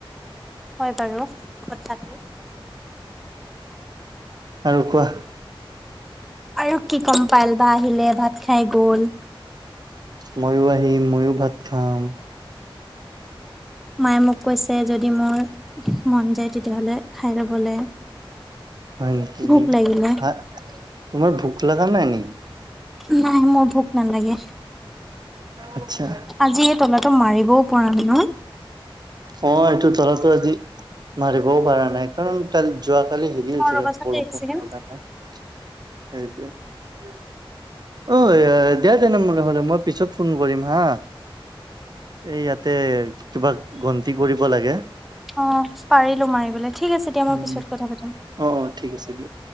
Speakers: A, in the centre; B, on the right.
A: হয় বাৰু। কথাটো।
B: আৰু কোৱা
A: আৰু কি ক'ম পাল বা আহিলে ভাত খাই গ'ল।
B: মইয়ো আহিম ময়ো ভাত খাম।
A: মায়ে মোক কৈছে যদি মোৰ মন যায় তেতিয়াহ'লে খাই ল'বলে।
B: হয় নেকি?
A: ভোক লাগিলে,
B: তোমাৰ ভোক লাগা নাই নি?
A: নাই মোৰ ভোক নালাগে,
B: আচ্ছা,
A: আজি এই তলাটো মাৰিবও পৰা ন
B: অ', এইটো তলাটো আজি মাৰিবও পৰা নাই। কাৰণ কাল যোৱাকালি হেৰি হৈছিলে
A: অ', ৰ'বাচোন
B: বৰষুণৰ
A: দেই এক ছেকেণ্ড,
B: কাৰণে। সেইটোৱে ঐ দিয়া তেনে <unintelligible> পিছত ফোন কৰিম হা এই ইয়াতে কিবা গনতি কৰিব লাগে।
A: অ', পাৰিলো মাৰিবলে ঠিক আছে দিয়া মই
B: উম,
A: পিছত কথা পাতিম।
B: অ', ঠিক আছে দিয়া।